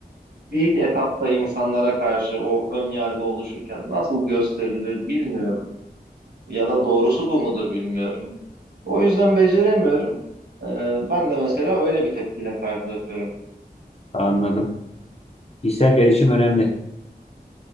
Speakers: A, on the right; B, on the left.
A: ilk etapta insanlara karşı o ön yargı oluşurken nasıl gösterilir bilmiyorum. Ya da doğrusu bu mudur bilmiyorum. O yüzden beceremiyorum. Ee, ben de mesela öyle bir tepkiyle karşılaşıyorum.
B: anladım. Kişisel gelişim önemli.